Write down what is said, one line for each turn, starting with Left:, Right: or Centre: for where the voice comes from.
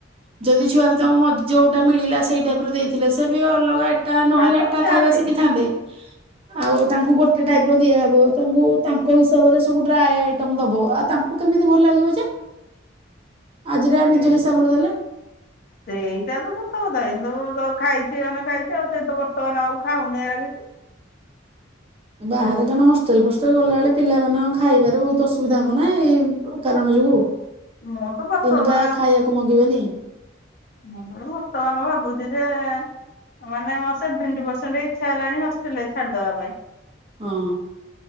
Right: ଯଦି ଛୁଆରେ ତାଙ୍କ ଯୋଉଟା ମିଳିଲା ସେଇ ଟାଇପ ର ଦେଇଥିଲେ ସେ। ବି ଅଲଗା ଏଟା ନହେଲେ
Left: ତ
Right: ହେଟା
Left: ନିହାତି
Right: ଖାଇବା ଶିଖିଥାନ୍ତେ। ଆଉ ତାଙ୍କୁ ଗୋଟେ ଟାଇପ ର ଦିଆହବ ତାଙ୍କୁ ତାଙ୍କ ହିସାବରେ ସବୁ ଡ୍ରାଏ ଆଇ। ଦବ ଆଉ ତାଙ୍କୁ କେମିତି ଭଲ ଲାଗିବ ଯେ। ଆଜିରେ
Left: ସେଇ
Right: ନିଜ ହିସାବରେ ଦେଲେ
Left: <inaudible> ସେଇଟା ତ ସତ କଥା ଏଇନ ତ ଖାଇଛି ମାନେ ଖାଇଛି ଆଉ ସେ ତ ବର୍ତ୍ତମାନ ଆଉ ଖାଉନି ହେରା କିଛି।
Right: ବାହାରେ କାନ ହଷ୍ଟେଲ ଫଷ୍ଟେଲ ଗଲାବେଳେ ପିଲାମାନେଙ୍କ ଖାଇବାରେ ବହୁତ ଅସୁବିଧା ହବ ନା ଏଇ କାରଣ ଯୋଗୁ।
Left: ମୁଁ ତ ବର୍ତ୍ତମାନ
Right: ତିନି ପା ଖାଇବାକୁ ମଗିବେନି।
Left: ମୁଁ ବର୍ତ୍ତମାନ ଭାବୁଛି ଯେ ମାନେ ମୋର ସେଭେନ୍ତ୍ପିର୍ସେଣ୍ଟ ଇଛା ହେଲାଣି ହଷ୍ଟେଲ ରେ ଛାଡିଦବା ପାଇଁ।
Right: ହୁଁ